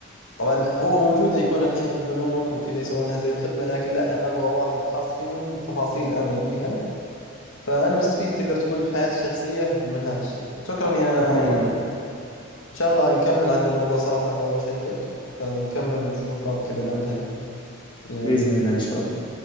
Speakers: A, on the left (about 80°); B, on the left (about 25°).
A: طبعا هو موجودة يكون الحين في البنوك وكذا يسوون لها زي الخدمة لكن لا أنا أبغى واحد خاص فيني بتفاصيل أنا أبيها فأنا مستفيد تقدر تقول في حياتي الشخصية من هذا الشيء شكرا يا
B: برافو
A: أيمن
B: عليك
A: إن شاء الله نكمل عن ذا الموضوع صراحة هذا الموضوع شيق فنكمل نشوف بعض كذا الأمثلة يلا
B: بإذن الله إن شاء الله